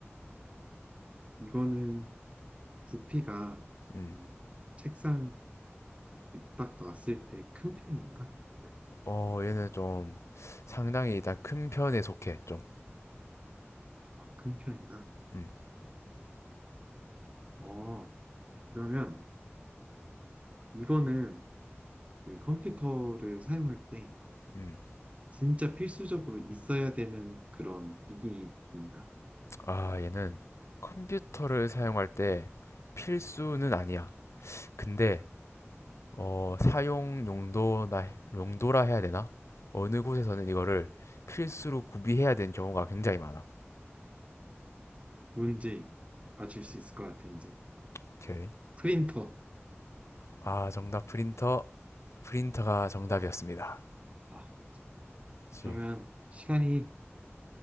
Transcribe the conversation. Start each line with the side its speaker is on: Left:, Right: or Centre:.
Right: 이거는 부피가
Left: 음.
Right: 음, 책상에 딱 놨을 때 큰 편인가? 네.
Left: 어, 얘는 좀 상당히 일단 큰 편에 속해, 좀.
Right: 아, 큰 편인가?
Left: 음,
Right: 어, 그러면 이거는 그 컴퓨터를 사용할 때
Left: 음.
Right: 진짜 필수적으로 있어야 되는 그런 기기인가?
Left: 아, 얘는 컴퓨터를 사용할 때 필수는 아니야. 근데 어, 사용 용도나 용도라 해야 되나? 어느 곳에서는 이거를 필수로 구비해야 되는 경우가 굉장히 많아.
Right: 뭔지 맞출 수 있을 것 같아, 이제.
Left: 오케이.
Right: 프린터.
Left: 아, 정답 프린터. 프린터가 정답이었습니다.
Right: 아,
Left: 그렇지.
Right: 그러면 시간이,